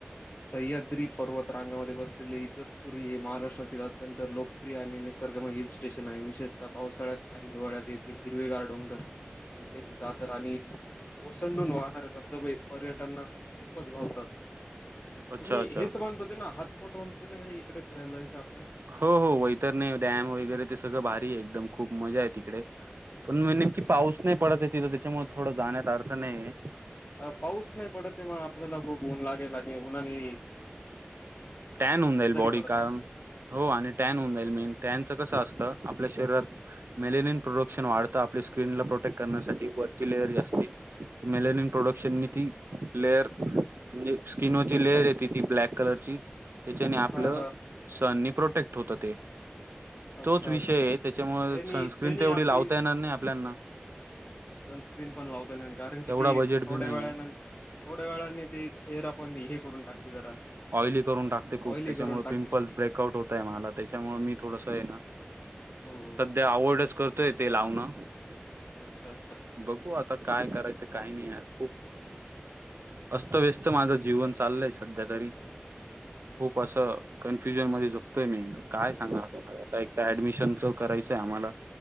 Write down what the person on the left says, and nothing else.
सह्याद्री पर्वत रांगामध्ये बसलेले इगतपर हे महाराष्ट्रातील अत्यंत लोकप्रिय आणि निसर्गम हिल स्टेशन आहे विशेषत पावसाळ्यात. आणि हिवाळ्यात येथील हिरवेगार डोंगर. दुक्याची चादर आणि ओसंडून वाहणारे धबधबे. पर्यटनना खूपच भावतात
तुम्ही
हेच मानत ते ना हॉटस्पॉटन. इकडे फिरायला. आपल्याला
अ पाऊस नाही पडतय मग आपल्याला खूप ऊन लागेल आणि उन्हानी
पडतात.
हा हा
अच्छा
अच्छा.
त्यांनी
त्यांनी
आपली
सनस्क्रीन पण लावता कारण किती
थोड्या
वेळानंत थोड्या वेळानी ते चेर आपण हे करून टाकते जरा
ऑइली
करून टाकते
खूप.
हो हो
हो.
अच्छा अच्छा
ह